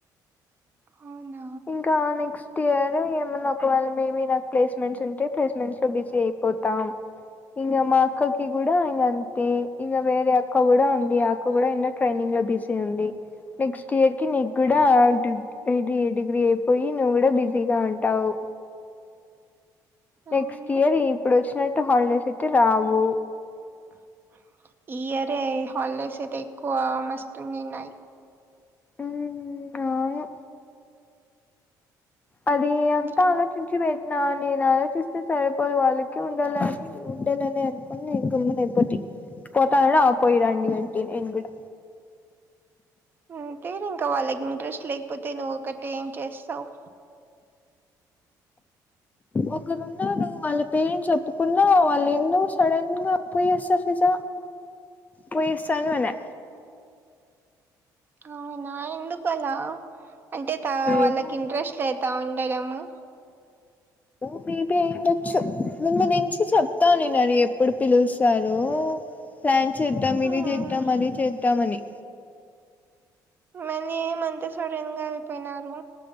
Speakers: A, on the right; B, on the left.
A: అవునా
B: ఇంకా నెక్స్ట్ ఇయర్ ఏమన్నా ఒకవేళ మేబి నాకు ప్లేస్మెంట్స్ ఉంటే ప్లేస్మెంట్స్ లో బిజీ అయిపో పోతం ఇంకా మా అక్కకి కూడా ఇ అంతే ఇంకా వేరే అక్క కూడా ఉంది అక్క కూడా ఎన్న ట్రైనింగ్ లో బిజీ ఉంది నెక్స్ట్ ఇయర్ కి నీకి కూడా డ్రిప్ ఇది డిగ్రీ అయిపోయి నువ్వు కూడా బిజీగా ఉంటావు నెక్స్ట్
A: అవును
B: ఇయర్ ఇప్పుడు వచ్చినట్టు హాలిడేస్ అయితే రావు
A: ఆ ఈ ఇయర్ే హాలిడేస్ అయితే ఎక్కువ మస్తు ఉన్నాయి
B: ఉమ్ అవును అది అంతా
A: ఇంకా
B: ఆలోచించి వే నా నేను ఆలోచిస్తే సరిపోదు వాళ్ళకి ఉండాలని ఉండేనని అనుకోని నేను గమ్మన ఆపోతే పోతాన ఆ పోయి రండి అంటి నేను కూడా
A: అంతే లే ఇంకా వాళ్ళకి ఇంట్రెస్ట్ లేకపోతే నువ్వు ఒకటే ఏం చేస్తావు్
B: ఒకరు ఉన్నారు వాళ్ళ పేరెంట్స్ చెప్పుకున్నా వాళ్ళు ఎందుో సడన్ గా అ పోయేస్తా ఫిజ పోయి వస్తాను అన్య
A: అవునా ఎందుకలా అంటే త వాళ్ళకి
B: ఏమో
A: ఇంట్రెస్ట్ లేతా ఉండడం ము
B: ఓ మీబి అయిండొచ్చు ముందు నుంచి చెప్తా నేను అది ఎప్పుడు పిలుస్తారు ప్లాన్ చేద్దాం ఇది
A: మ్మ్.
B: చేద్దాం అది చేద్దాం అని
A: ఏంది ఏమంత సడన్ గా ఎళిపోయినారు